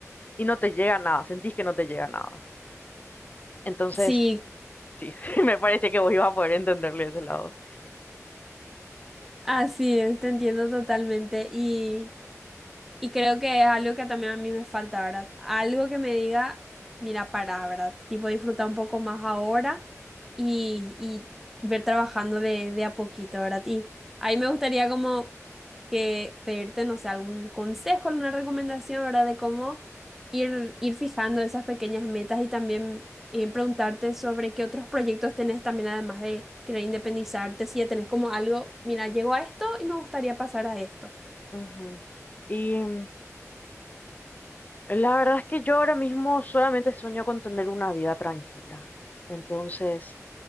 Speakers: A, on the left (about 30°); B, in the centre.
A: y no te llega nada, sentís que no te llega nada. Entonces,
B: Sí,
A: Sí, <laughs> me parece que vos ibas a poder entenderle ese lado.
B: así es, te entiendo totalmente. Y Y creo que es algo que también a mí me falta, ¿verdad? Algo que me diga, mira, para, ¿verdad? Tipo, disfrutar un poco más ahora y, y ver trabajando de, de a poquito, ¿verdad? Y ahí me gustaría como que pedirte, no sé, algún consejo, alguna recomendación, ¿verdad? De cómo ir, ir fijando esas pequeñas metas y también eh, preguntarte sobre qué otros proyectos tenés también, además de querer independizarte, si ya tenés como algo, mira, llego a esto y me gustaría pasar a esto.
A: Ujú. Y mm, la verdad es que yo ahora mismo solamente sueño con tener una vida tranquila. Entonces,